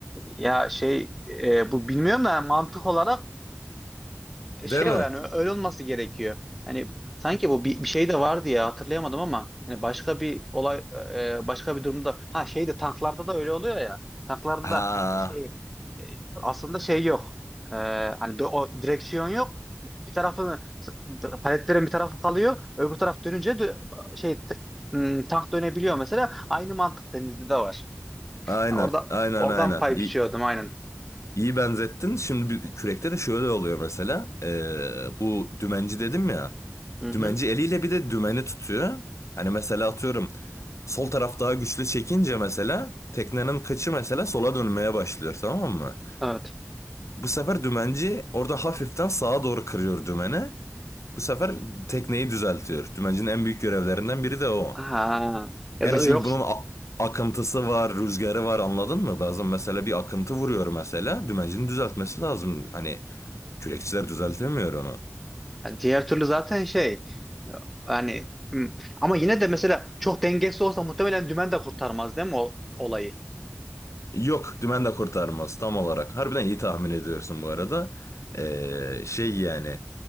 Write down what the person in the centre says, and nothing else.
ya şey e, bu bilmiyorum da yani mantık olarak
şey
o yani öyle olması gerekiyor. Hani sanki bu bir, bir şey de vardı ya hatırlayamadım ama yani başka bir olay e, başka bir durumda ha şey de tanklarda da öyle oluyor ya. Tanklarda
da şey e, aslında şey yok. E, hani do- o direksiyon yok. Bir tarafını paletlerin bir tarafı kalıyor. Öbür taraf dönünce dö- şey t- m, tank dönebiliyor mesela. Aynı mantık denizde de var.
Yani orada
oradan
pay
biçiyordum aynen.
Hı hı.
Evet.
Ha. Ya
da
yok
Yani diğer türlü zaten şey yani hmm. ama yine de mesela çok dengesiz olsa muhtemelen dümen de kurtarmaz değil mi o olayı?